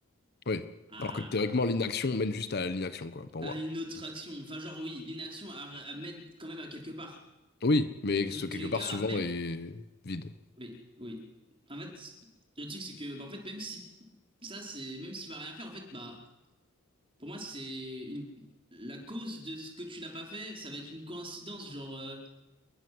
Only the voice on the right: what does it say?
à,
à
une autre action. Enfin, genre, oui, l'inaction a- amène quand même à quelque part.
De-
Dans
tous les
cas,
même,
oui, oui. En fait, le truc, c'est que, bah, en fait, même si ça, c'est, même s'il va rien faire, en fait, bah, pour moi, c'est une, la cause de ce que tu n'as pas fait, ça va être une coïncidence, genre, euh,